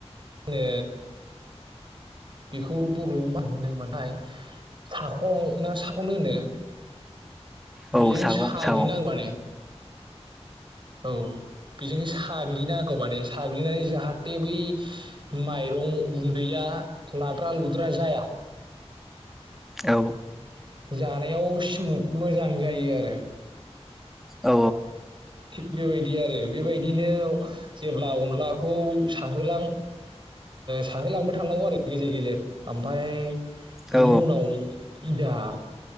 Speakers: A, on the right; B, in the centre.
A: मा होनो बेखौ बर'आव मा होनोमोनथाय साखं ना साखन होनो
B: औ
A: बेजों
B: सागं
A: साग्लिनांगौ
B: सागं
A: आरो औ बेजोंनो साग्लिनांगौ माने साग्लिनानै जाहाथे बै माइरं गुनदैया लाद्रा-लुद्रा जाया
B: औ
A: जानायाव स्मुथ मोजां जायो आरो
B: औ
A: थिग बेबायदि आरो बेबायदिनो जेब्ला अनलाखौ साहोलां साहोलांबाय थांनांगौ आरो गेजेर गेजेर ओमफ्राय बिनि
B: औ
A: उनाव जाहा